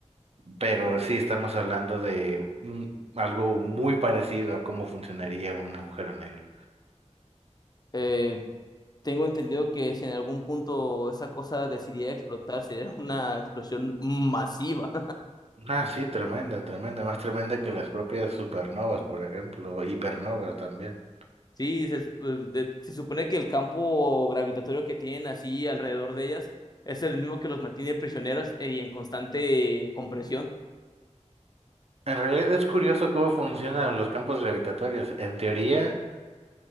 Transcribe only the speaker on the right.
pero sí estamos hablando de un- algo muy parecido a cómo funcionaría un agujero negro.
Ah, sí, tremenda, tremenda, más tremenda que las propias supernovas, por ejemplo, hipernovas también.
En realidad es curioso cómo funcionan los campos gravitatorios. En teoría,